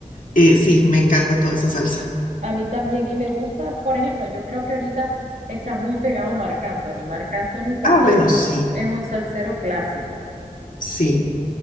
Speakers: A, on the left (about 75°); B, on the right (about 70°).
A: eh, sí, me encanta toda esa salsa.
B: A mí también, y me gusta, por ejemplo, yo creo que ahorita está muy pegado Marc Anthony. Marc Anthony también
A: Ah, bueno,
B: es
A: sí,
B: es un salsero clásico.
A: sí.